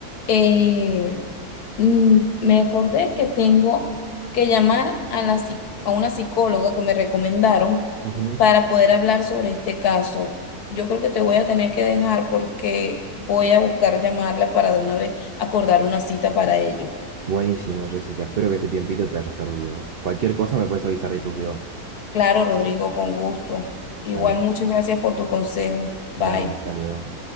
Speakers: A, on the left (about 75°); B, on the right (about 70°).
A: eh, mm, me acordé que tengo que llamar a la, psi- a una psicóloga que me recomendaron
B: Ujú.
A: para poder hablar sobre este caso. Yo creo que te voy a tener que dejar porque voy a buscar llamarla para de una vez acordar una cita para ello.
B: Buenísimo, Jessica. Espero que este tiempito te haya servido. ¿eh? Cualquier cosa me puedes avisar ahí por privado.
A: Claro, Rodrigo, con gusto.
B: Dale,
A: Igual, muchas gracias por tu consejo. Bye.
B: dale, hasta luego.